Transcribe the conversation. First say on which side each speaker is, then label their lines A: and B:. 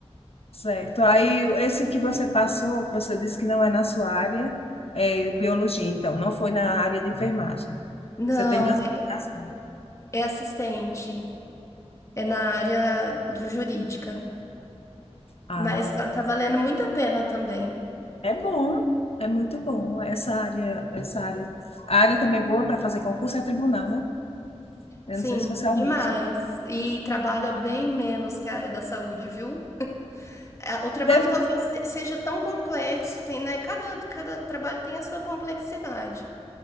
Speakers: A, on the left; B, on the left.
A: Certo. Aí, esse que você passou, que você disse que não é na sua área, é biologia, então, não foi na área de enfermagem.
B: Não,
A: Você tem duas
B: é
A: aplicações.
B: é assistente, é na área jurídica.
A: Ah,
B: Mas va- tá valendo muito a pena também.
A: é bom, é muito bom. Essa área, essa área, a área também boa para fazer concurso é tribunal, né? Eu
B: Sim,
A: não sei se você almeja.
B: demais. E trabalha bem menos que a área da saúde, viu? É, O trabalho
A: Teve,
B: talvez se- seja tão complexo, tem, né? Cada, cada trabalho tem a sua complexidade,